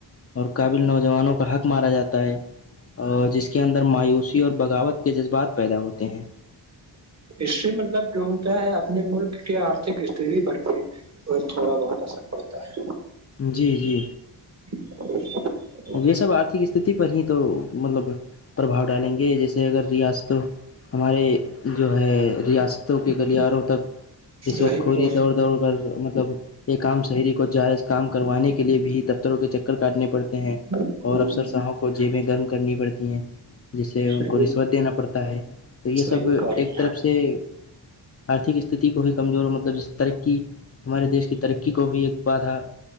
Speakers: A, on the left; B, on the right.
A: اور قابل نوجوانوں کا حق مارا جاتا ہے اور جس کے اندر مایوسی اور بغاوت کے جذبات پیدا ہوتے ہیں
B: اس سے مطلب جو ہوتا ہے اپنے ملک کے آرتھک استتی پر بھی اور تھوڑا بہت اثر پڑتا ہے
A: جی جی
B: <unintelligible>
A: یہ سب آرتھک استتی پر ہی تو مطلب پرباؤ ڈالیں گے جیسے اگر ریاست ہمارے جو ہے ریاستوں کے گلیاروں تک جس وقت
B: وہی
A: کھوری
B: تو
A: دوڑ دوڑ کر مطلب- یہ کام شہری کو جائز کام کروانے کے لیے بھی دفتروں کے چکر کاٹنے پڑتے ہیں-
B: ہ
A: اور افسرساہوں کو جیبیں گرم کرنی پڑتی ہیں جس سے ان
B: صحیح
A: کو رشوت دینا پڑتا ہے- تو یہ
B: صحیح
A: سب
B: کر رہے
A: ایک طرف سے- آرتک استھتی کو بھی کمزور مطلب جیس ترقی ہمارے دیش کی ترقی کو بھی ایک بادھا-